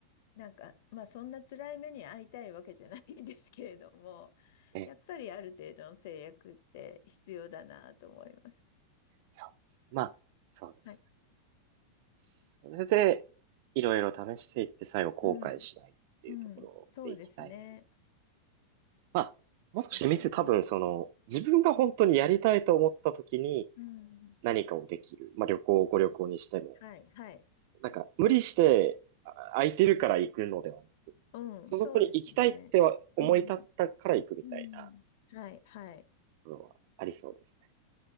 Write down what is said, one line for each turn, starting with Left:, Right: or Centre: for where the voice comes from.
Left: なんか、まあそんな辛い目に遭いたいわけじゃないんですけれども、
Right: え、
Left: やっぱりある程度の制約って必要だなと思います。
Right: そうですね。まあ、そうですね。
Left: はい。
Right: それで、いろいろ試していって最後後悔しないっていうところでいきたい。
Left: うん。うん。そうですね。
Right: まあ、もう少しミス、
Left: ですよね。
Right: 多分その、自分が本当にやりたいと思った時に
Left: うん。
Right: 何かをできる。まあ旅行、ご旅行にしても。
Left: はい。はい。
Right: なんか、無理して、あ空いてるから行くのでは
Left: うん。
Right: そこに行きたいっては思い立ったから行くみたいな
Left: そうですね。うん。うん。はい。はい。
Right: のはありそうですね。